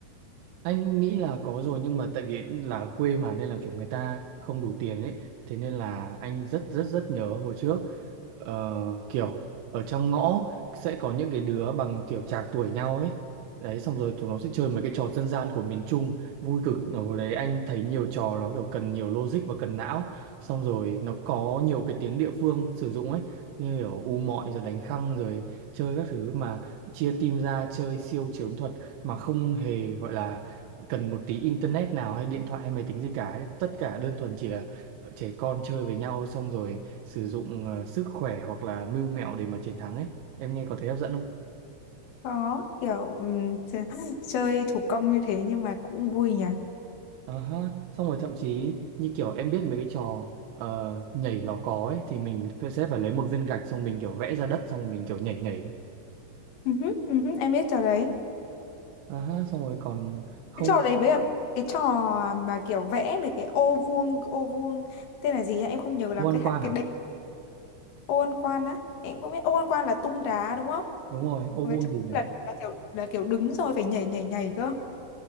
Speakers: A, on the right (about 85°); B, on the left (about 75°).
A: Anh nghĩ là có rồi nhưng mà tại vì là ở quê mà nên là kiểu người ta không đủ tiền ấy. Thế nên là anh rất rất rất nhớ hồi trước ờ, kiểu ở trong ngõ sẽ có những cái đứa bằng kiểu trạc tuổi nhau ấy. Đấy xong rồi chúng nó sẽ chơi mấy cái trò dân gian của miền Trung vui cực. Ở Hồi đấy anh thấy nhiều trò nó kiểu cần nhiều logic và cần não. Xong rồi nó có nhiều cái tiếng địa phương sử dụng ấy như kiểu u mọi rồi đánh khăng rồi chơi các thứ mà chia team ra chơi siêu chiến thuật mà không hề gọi là cần một tí internet nào hay điện thoại hay máy tính gì cả ấy. Tất cả đơn thuần chỉ là ờ, trẻ con chơi với nhau xong rồi sử dụng ờ, sức khỏe hoặc là mưu mẹo để mà chiến thắng ấy em nghe có thấy hấp dẫn không
B: Có kiểu ừm, ch- chơi thủ công như thế nhưng mà cũng vui nhỉ.
A: Ờ ha. xong rồi thậm chí như kiểu em biết mấy cái trò ờ, nhảy lò cò ấy thì mình phải sẽ phải lấy một viên gạch xong mình kiểu vẽ ra đất xong mình kiểu nhảy nhảy ấy.
B: Ừ hứ, ừ hứ, em biết trò đấy.
A: Ờ ha, xong rồi còn không
B: Cái trò đấy với cả cái trò mà kiểu vẽ mấy cái ô vuông ô vuông tên là gì á? Em không nhớ làm
A: ô
B: cái
A: ăn
B: hạ-
A: quan
B: cái
A: à
B: đệm ô ăn quan á. Em cũng biết ô ăn quan là tung đá đúng không?
A: đúng rồi ô
B: Còn
A: vuông
B: cái trò
A: gì
B: kia
A: nhỉ
B: là, là kiểu là kiểu đứng rồi phải nhảy nhảy nhảy cơ.